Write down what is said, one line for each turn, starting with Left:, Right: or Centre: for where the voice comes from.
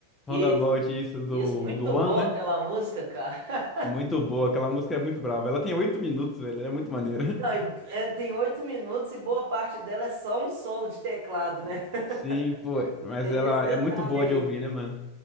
Left: Roundabout,
Right: Isso,
Left: isso, do,
Right: isso, muito
Left: do One,
Right: boa
Left: né?
Right: aquela música, cara. <laughs>
Left: Muito boa, aquela música é muito brava. Ela tem oito minutos, velho, ela é muito maneira.
Right: Não, e, é, tem oito minutos e boa parte dela é só um solo de teclado, né?
Left: <laughs>
Right: <laughs>
Left: Sim, pô, mas
Right: Tem
Left: ela
Right: esse detalhe
Left: é muito boa
Right: ainda.
Left: de ouvir, né, mano?